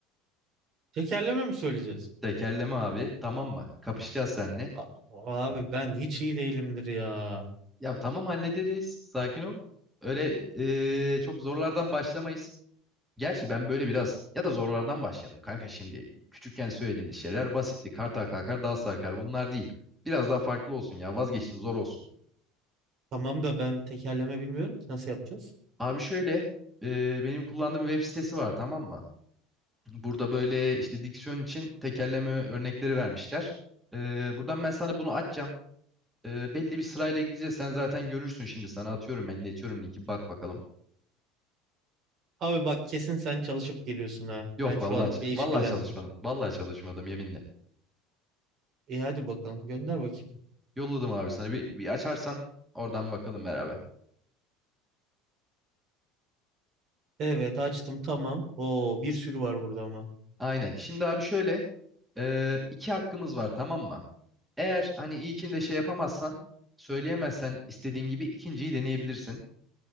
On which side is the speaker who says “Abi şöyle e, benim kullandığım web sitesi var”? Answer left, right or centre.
Centre